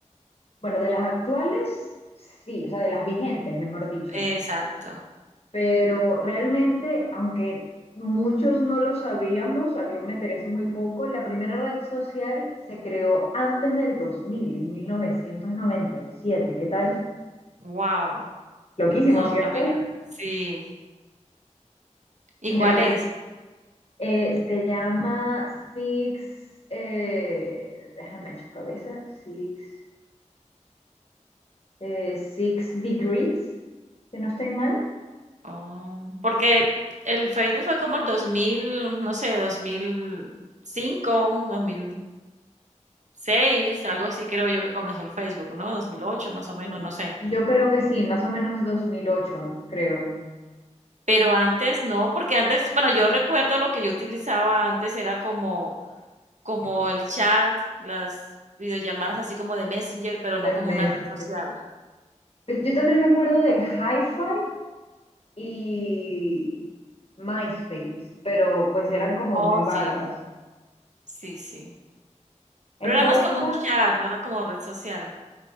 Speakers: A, on the left; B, on the right.
A: Bueno, de las actuales, sí, o sea, de las vigentes, mejor dicho.
B: Exacto.
A: Pero realmente, aunque muchos no lo sabíamos, o sea, yo me enteré hace muy poco, la primera red social se creó antes del 2000, en 1997. ¿Qué tal?
B: Wow,
A: Loquísimo,
B: no
A: ¿cierto?
B: sabía. Sí. ¿Y
A: De
B: cuál
A: la prim-
B: es?
A: eh, se llama Six, eh, déjame en su cabeza, Six, eh, Six Degrees, si no estoy mal.
B: Oh, porque el Facebook fue como el 2000, no sé, dos dos mil cinco, dos mil seis, algo así creo yo que comenzó el Facebook, ¿no? dos mil ocho más o menos,
A: Mm,
B: no sé.
A: Yo creo que sí, más o menos 2008, creo,
B: Pero antes no, porque antes, bueno, yo recuerdo lo que yo utilizaba antes era como, como el chat, las videollamadas así como de Messenger, pero no
A: de
B: como
A: Messi
B: una red social.
A: Pues Yo también me acuerdo del Hi-Fi y MySpace, pero pues eran como
B: Oh,
A: muy vagas.
B: sí, sí, sí.
A: En
B: Pero era
A: todos
B: más como
A: casos,
B: un chat, no era como red social.